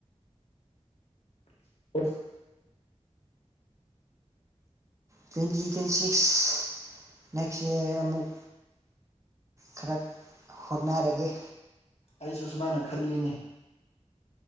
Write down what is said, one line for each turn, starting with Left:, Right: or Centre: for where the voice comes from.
Left: <inaudible>
Right: twenty twenty six next year ꯑꯃꯨꯛ ꯈꯔ ꯍꯣꯠꯅꯔꯒꯦ
Left: ꯑꯩꯁꯨ ꯁꯨꯃꯥꯏꯅ ꯈꯜꯂꯤꯅꯤ